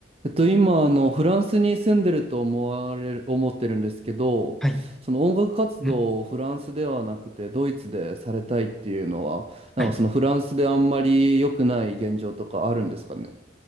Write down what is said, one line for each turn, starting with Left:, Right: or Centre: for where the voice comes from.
Right: えっと、今、あの、フランスに住んでると思われる、思ってるんですけど、
Centre: はい。
Right: その音楽活動をフランスではなくて、
Centre: ん
Right: ドイツでされたいっていうのは、なんかそのフランスであんまり良くない現状とかあるんですかね。
Centre: はい。